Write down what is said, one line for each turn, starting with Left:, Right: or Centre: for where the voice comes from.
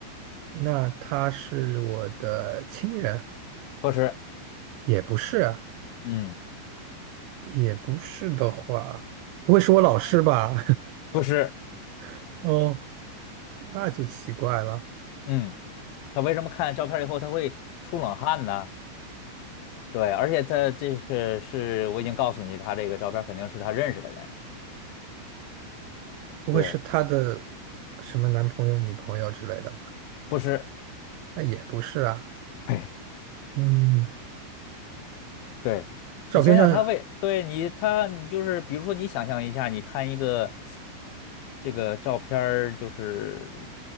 Right: 那他是我的亲人，
Left: 不是，
Right: 也不是啊，
Left: 嗯，
Right: 也不是的话，不会是我老师吧？
Left: 不是，
Right: <laughs> 哦，那就奇怪了，
Left: 嗯。他为什么看照片以后他会出冷汗呢？对，而且他这个是我已经告诉你，他这个照片肯定是他认识的人，
Right: 不会是他的
Left: 对，
Right: 什么男朋友、女朋友之类的吧？
Left: 不是，
Right: 那也不是啊。
Left: 对
Right: 嗯，
Left: 对，
Right: 照片上，
Left: 你想想他为，对你他你就是比如说你想象一下，你看一个这个照片儿，就是